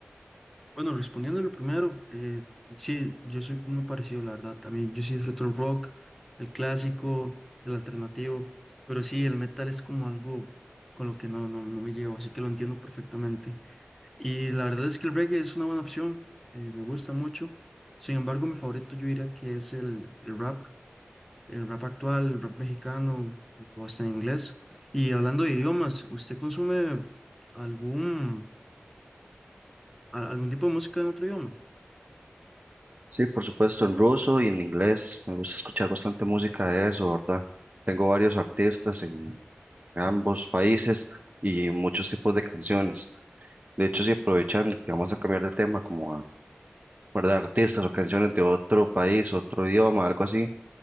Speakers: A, in the centre; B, on the right.
A: Bueno, respondiendo lo primero, eh, sí, yo soy muy parecido, la verdad. También yo sí disfruto el rock, el clásico, el alternativo, pero sí, el metal es como algo con lo que no, no, no me llevo, así que lo entiendo perfectamente. Y la verdad es que el reggae es una buena opción, eh, me gusta mucho. Sin embargo, mi favorito yo diría que es el, el rap. el rap actual, el rap mexicano o hasta en inglés. Y hablando de idiomas, ¿usted consume algún, a- algún tipo de música en otro idioma?
B: Sí, por supuesto, en ruso y en inglés. Me gusta escuchar bastante música de eso, ¿verdad? Tengo varios artistas en ambos países y muchos tipos de canciones. De hecho, si aprovechando que vamos a cambiar de tema, como a guardar artistas o canciones de otro país, otro idioma, algo así,